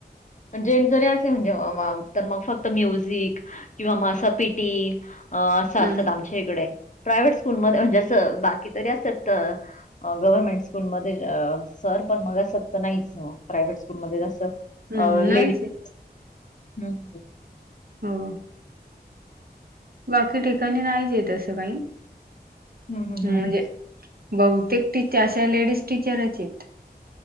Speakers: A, on the left (about 45°); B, on the right (about 60°).
A: जेन्स जरी असले म्हणजे मग फक्त म्युझिक किंवा म असा पिटी असं असतं
B: हम्म
A: आमच्या इकडे प्रायव्हेट स्कूलमध्ये म्हणजे असं बाकी तरी असत गव्हरर्मेंट स्कूलमध्ये सर पण मग असत नाहीच प्रायवेट स्कूलमध्ये जस
B: हम्म नाहीच
A: लेडीज
B: आहे
A: हंम
B: <unintelligible> बाकी ठिकाणी नाहीचं आहे तसं काही,
A: हं, हं,
B: हंम
A: हं.
B: म्हणजे बहुतेक तिथे अशा लेडीज टीचरच आहेत.